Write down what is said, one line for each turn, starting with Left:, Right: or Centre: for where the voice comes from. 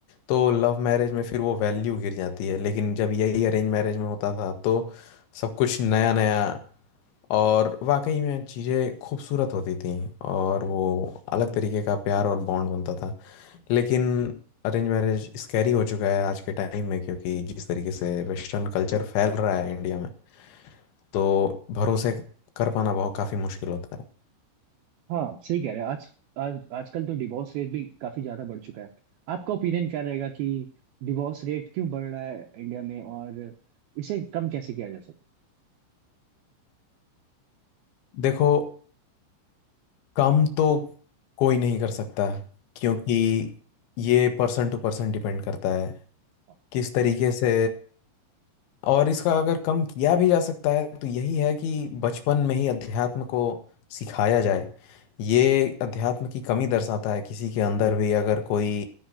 Left: तो लव मैरिज में फिर वो वैल्यू गिर जाती है लेकिन जब यही अरेंज मैरिज में होता था तो सब कुछ नया नया और वाकई में चीज़ें खूबसूरत होती थी और वो अलग तरीके का प्यार और बॉन्ड बनता था लेकिन अरेंज मैरिज स्कैरी हो चुका है आज के टाइम में क्योंकि जिस तरीके से वेस्टर्न कल्चर फैल रहा है इंडिया में तो भरोसे कर पाना बहुत काफ़ी मुश्किल होता है
Right: हाँ सही कह रहे हैं आज आज आजकल तो डिवोर्स रेट भी काफी ज्यादा बढ़ चुका है आपका ओपिनियन क्या रहेगा कि डिवोर्स रेट क्यों बढ़ रहा है इंडिया में और इसे कम कैसे किया जा सकता
Left: देखो कम तो कोई नहीं कर सकता क्योंकि ये पर्सन टू पर्सन डिपेंड करता है
Right: है हाँ,
Left: किस तरीके से और इसका अगर कम किया भी जा सकता है तो यही है कि बचपन में ही अध्यात्म को सिखाया जाए ये अध्यात्म की कमी दर्शाता है किसी के अंदर भी अगर कोई